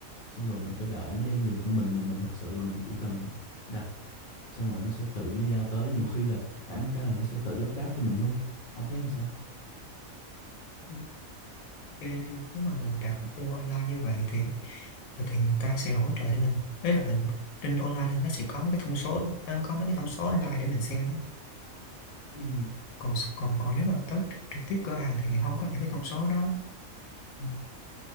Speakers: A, on the left; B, on the left.
A: xong rồi mình phải đợi nó đem về cho mình mà mình thực sự là mình chỉ cần đặt xong rồi nó sẽ tự nó giao tới nhiều khi là khả năng cao là nó sẽ tự lắp ráp cho mình luôn ông thấy như sao
B: Ờ, nếu mà mình đặt mua online như vậy thì thì người ta sẽ hỗ trợ cho mình đấy là mình, mình trên online thì nó sẽ có mấy cái thông số nó nó có mấy cái thông số online để mình xem
A: ừ
B: còn còn còn nếu mà tới trực, trực tiếp cửa hàng thì lại không có những cái thông số đó Ừ,